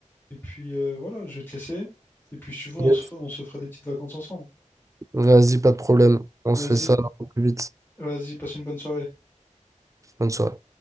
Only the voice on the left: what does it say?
Et puis euh, voilà, je vais te laisser. Et puis si tu veux, on
se, f- on se fera des petites vacances ensemble.
Vas-y,
vas-y, passe une bonne soirée.